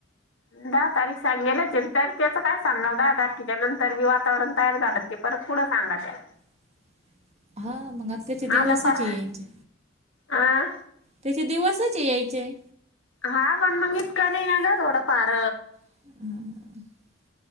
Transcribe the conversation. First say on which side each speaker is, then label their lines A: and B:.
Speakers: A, on the left; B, on the right.
A: दहा तारीख सांगेलच तर त्याच काय सांगा दहा तारखेच्या नंतर मी वातावरण तयार झालं ते परत पुढं सांगा त्या
B: <unintelligible> हा मग आता त्याचे दिवसच
A: आलं फार
B: यायचे
A: अ
B: त्याचे दिवस कचे यायचें
A: हा पण मग इतका नाही ना ग थोडं फार
B: <unintelligible>